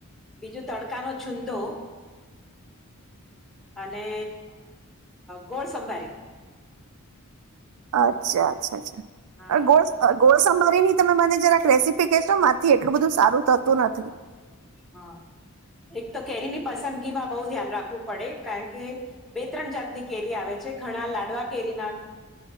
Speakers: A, in the centre; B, on the right.
A: બીજું તડકા નો છુંંદો અને ગોળ સંંભારી.
B: અચ્છા, અચ્છા, અચ્છા.
A: હા
B: આ ગોળ ગોળસંભારી ની તમે મને જરાક રેસીપી કેશો, મારા થી એટલું બધું સારું થતું નથી.
A: હા, એક તો કેરીની પસંદગીમાં બહુ ધ્યાન રાખવું પડે, કારણ કે બે- ત્રણ જાતની કેરી આવે છે. ઘણા લાડવા કેરીના